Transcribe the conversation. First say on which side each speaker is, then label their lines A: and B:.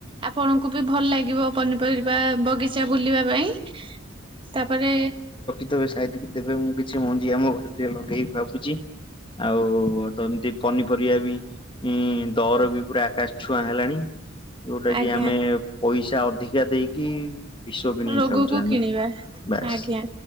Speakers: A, on the right; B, on the left.
A: ଆପଣଙ୍କୁ ବି ଭଲ ଲାଗିବ ପନିପରିବା ବଗି ଚା ବୁଲିବା ପାଇଁ ତାପରେ
B: ତ <unintelligible> ସାଇିତିକି ଦେବେ ମୁଁ କିଛି ମଞ୍ଜି ଆମ ଘରେ ଟିକେ ଲଗେଇବି ଭାବୁଛି। ଆଉ ତ ଏମିତି ପନିପରିବା ବି। ଉଁ ଦର ବି ପୁରା ଆକାଶ ଛୁଆଁ ହେଲାଣି। ଯୋଉଟା କି
A: ଆଜ୍ଞା
B: ଆମେ ପଇସା ଅଧିକା ଦେଇକି ବିଷ କିଣିକି
A: ରୋଗକୁ
B: ଖାଉଛେ ଆମେ
A: କିଣିବା
B: ବାସ୍
A: ଆଜ୍ଞା